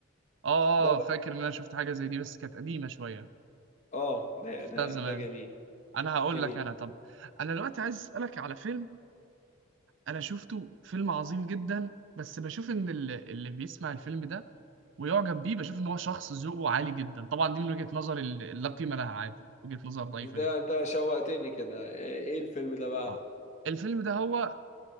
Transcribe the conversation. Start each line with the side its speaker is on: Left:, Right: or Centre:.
Right: أه
Left: ده
Right: أه فاكر إن أنا شفت حاجة زي دي بس كانت قديمة شوية
Left: اه ده
Right: شفتها
Left: ده
Right: زمان
Left: ده جميل
Right: أنا هقول
Left: جميل
Right: لك أنا طب أنا دلوقتي عايز أسألك على فيلم أنا شفته فيلم عظيم جدا بس بشوف إن اللي, اللي بيسمع الفيلم ده ويعجب بيه بشوف إن هو شخص ذوقه عالي جدا طبعا دي من وجهة نظر ال- لا قيمة لها عادي وجهة نظر ضعيفة
Left: انت
Right: جدا
Left: انت شوقتني كده آه، ايه الفيلم ده بقى
Right: أه الفيلم ده هو